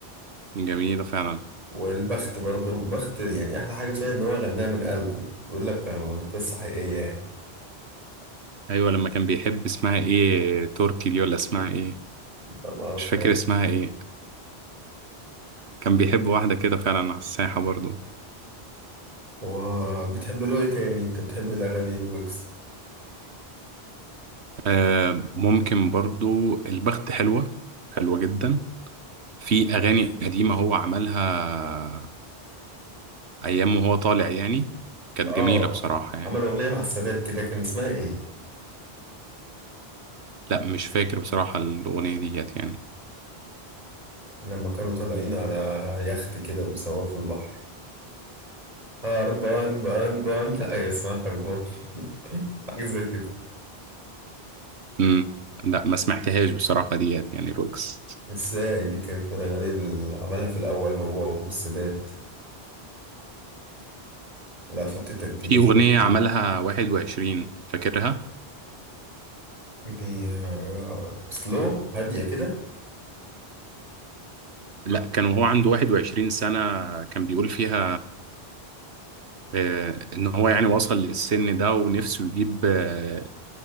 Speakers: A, on the right; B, on the right.
A: جميلة فعلا
B: والبخت برضو البخت يعني أحلى حاجة فيها إن هو غناها من قلبه بيقول لك عن قصة حقيقية يعني
A: ايوه لما كان بيحب اسمها ايه تركي دي ولا اسمها ايه
B: أنا ما أعرفهاش
A: مش فاكر اسمها ايه كان بيحب واحدة كده فعلا على الساحة برضو
B: وبتحب له إيه تاني؟ أنت بتحب الأغاني الويجز؟
A: آه ممكن برضو البخت حلوة حلوة جدا في اغاني قديمة هو عملها ايام وهو طالع يعني كانت
B: آه
A: جميلة بصراحة يعني
B: عمل أغنية مع السادات كده كان اسمها إيه؟
A: لا مش فاكر بصراحة الاغنية ديت يعني
B: لما كانوا طالعين على يخت كده وبيصوروا في البحر هربان بان بان <laughs> ايوه اسمها خربان <laughs> حاجة زي كده
A: امم لا ما سمعتهاش بصراحة ديت يعني الويجز
B: ازاي دي كانت من الأغاني اللي عملها في الأول هو والسادات لا فاتتك دي
A: في
B: لازم
A: أغنية
B: تسمعها.
A: عملها 21 فاكرها؟
B: دي آه، سلو هادية كده
A: لا كان وهو عنده 21 سنة كان بيقول فيها آه، إن هو يعني وصل للسن ده ونفسه يجيب آه،